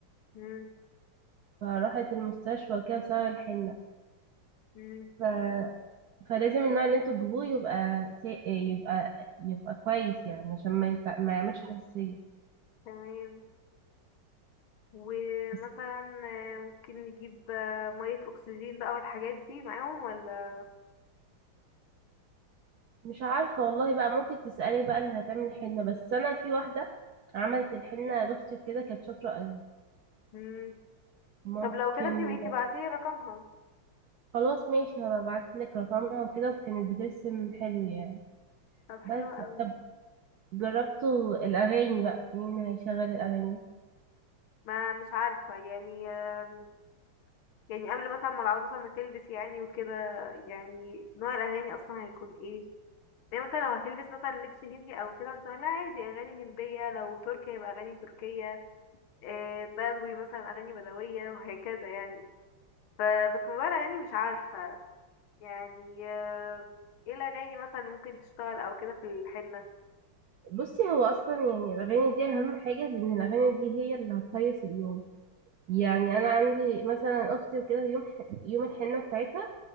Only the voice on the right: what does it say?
فراحت المستشفى وكده بسبب الحنه
ف... فلازم النوع اللي انتوا تجيبوه يبقى سا... يبقى يبقى كويس يعني عشان ما, يت... ما يعملش حساسيه
بس
مش عارفه والله بقى ممكن تسالي بقى اللي هتعمل حنه بس انا في واحده عملت الحنه لاختي كده كانت شاطره قوي
ممكن
خلاص ماشي هبقى ابعتلك رقمها وكده وكانت بترسم حلو يعني
بس
طب جربتوا الأغاني بقى مين هيشغل الأغاني
بصي هو أصلا يعني الأغاني دي أهم حاجة لأن الأغاني دي هي اللي هتهيص اليوم يعني أنا عندي مثلا أختي وكده يوم ح... يوم الحنة بتاعتها